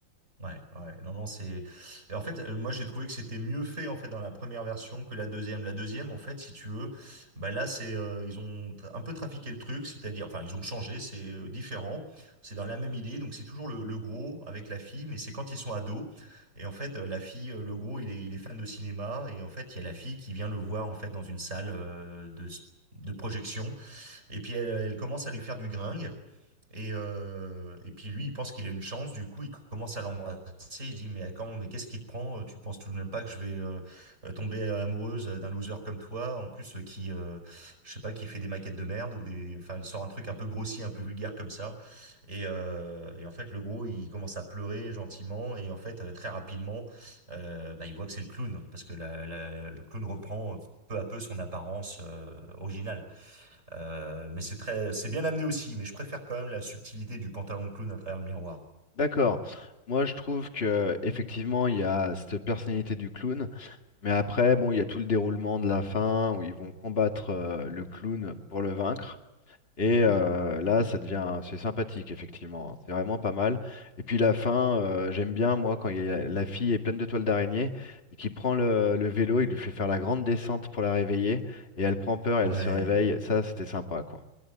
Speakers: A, on the right; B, on the left.
A: Ouais, ouais, non, non, c'est. Et en fait, euh, moi, j'ai trouvé que c'était mieux fait en fait dans la première version que la deuxième. La deuxième, en fait, si tu veux, bah là, c'est euh, ils ont tra- un peu trafiqué le truc, c'est-à-dire, enfin, ils ont changé, c'est euh, différent, c'est dans la même idée, donc c'est toujours le, le gros avec la fille, mais c'est quand ils sont ados. Et en fait, euh, la fille, euh, le gros, il est, il est fan de cinéma, et en fait, il y a la fille qui vient le voir en fait dans une salle euh, de de projection, et puis elle, elle commence à lui faire du gringue. Et, euh, et puis lui, il pense qu'il a une chance, du coup, il commence à l'embrasser, il dit, mais quand, mais qu'est-ce qui te prend? Euh, Tu penses tout de même pas que je vais euh, euh, tomber euh, amoureuse euh, d'un loser comme toi, en plus euh, qui, euh, je sais pas, qui fait des maquettes de merde ou des, enfin, elle sort un truc un peu grossier, un peu vulgaire comme ça. Et, euh, et en fait, le gros, il commence à pleurer gentiment et en fait, euh, très rapidement, euh, bah, il voit que c'est le clown parce que la, la- le clown reprend peu à peu son apparence euh, originale. Euh, mais c'est très, c'est bien amené aussi, mais je préfère quand même la subtilité du pantalon de clown à travers le miroir.
B: D'accord. Moi, je trouve que effectivement, il y a cette personnalité du clown, mais après, bon, il y a tout le déroulement de la fin où ils vont combattre euh, le clown pour le vaincre. Et
A: Mhm.
B: euh, là, ça devient, c'est sympathique, effectivement. hein. C'est vraiment pas mal. Et puis la fin, euh, j'aime bien, moi, quand il y a- la fille est pleine de toiles d'araignée et qui prend le, le vélo, il lui fait faire la grande descente pour la réveiller. Et elle prend peur et
A: Ouais,
B: elle se réveille. Ça, c'était sympa, quoi.